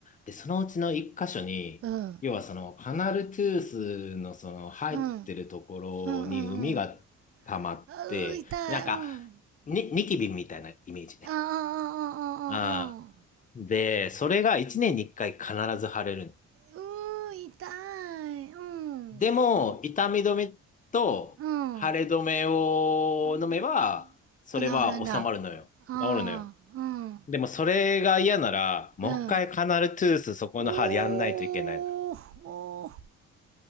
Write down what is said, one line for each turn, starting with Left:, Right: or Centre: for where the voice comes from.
Left: で、そのうちの1箇所に、
Right: うん、
Left: 要はその、カナルトゥースのその、入ってるところに海が溜まって、
Right: うん、うん、うん、うん。あうー、痛い、
Left: なんか、
Right: うん。
Left: に、ニキビみたいなイメージね。
Right: ああ、ああ、ああ、
Left: ああ。
Right: ああ。
Left: で、それが1年に1回必ず腫れるの。
Right: うー、痛い、うん、
Left: でも、痛み止めと腫れ止めを飲めば、
Right: うん、うん。
Left: それは治まるのよ。
Right: あ、治るんだ。ああ、
Left: 治るのよ。
Right: うん、
Left: でもそれが嫌なら、もう一回カナルトゥースそこの歯でやんないといけないの。
Right: うん。おー、おー。